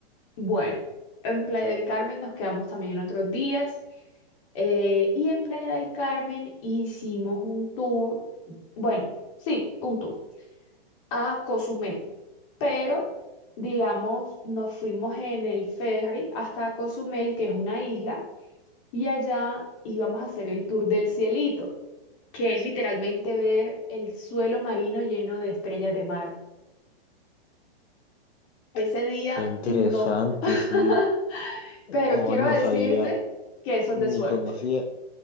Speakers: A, on the left; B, on the left.
A: Bueno, en Playa del Carmen nos quedamos también otros días. eh, y en Playa del Carmen hicimos un tour, bueno, sí, un tour a Cozumel. Pero, digamos, nos fuimos en el ferry hasta Cozumel, que es una isla, y allá íbamos a hacer el tour del cielito, que es literalmente ver el suelo marino lleno de estrellas de mar. Ese día
B: Qué interesante,
A: no. <laughs>
B: sí. Oh,
A: Pero quiero
B: no
A: decirte
B: sabía,
A: que eso
B: ni
A: es de suerte.
B: conocía.